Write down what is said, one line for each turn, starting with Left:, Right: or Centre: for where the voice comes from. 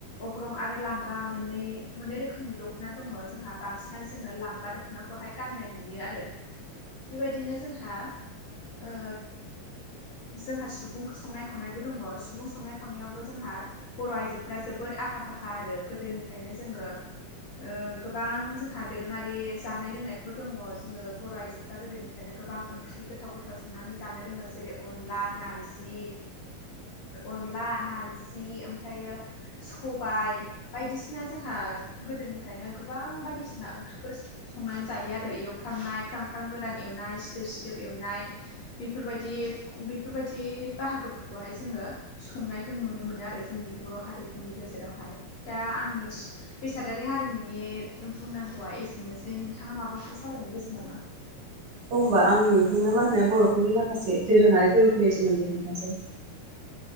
Left: अग्रं आरो लांगा मोननै मोननै रोखोमनि दख'ना दङ जोंहा बांसिनानो जोङो लांगा दख'नाखौहाय गाननाय नुयो आरो बेबायदिनो जोंहा ओ जोंहा सुबुं संनाय खावनायबो दङ सुबुं संनाय खावनायावबो जोंहा बर' आइजोफोरा जोबोद आखा फाखा आरो गोदोनिफ्रायनो जोङो ओ गोबां जोंहा दोरोङारि जानाय लोंनायफोर दङ जोङो बर' आइजोफ्रा गोदोनिफ्रायनो गोबां ओंख्रि गोथाव गोथाव संनानै जानो रोङो जेरै अनला नारजि अनला नार जि ओमफ्रायो सबाय बायदिसिना जोंहा गोदोनिफ्रायनो गोबां बायदिसिना ओंख्रिफोर संनानै जायो आरो एवफ्रामनाय फ्राम सफ्राम गोरान एवनाय सिदोब सिदोब एवनाय बेफोरबायदि बेफोरबायदि बाहागोफोर खौहाय जोङो संनायखौ नुनो मोनो आरो जोंनि बर' हारिफोरनि गेजेरावहाय दा आंनि बेसादारि हारिमुनि बुंनांगौवा एसेनोसै नोंथाङा माबाफोर सावरायनो गोसो नामा?
Right: औ होमबा आं नोंथांनो मा होनो बर'फोरनि माखासे दोरोङारि फोरबो फैनि सोमोन्दै खोन्थासै
Left: <inaudible>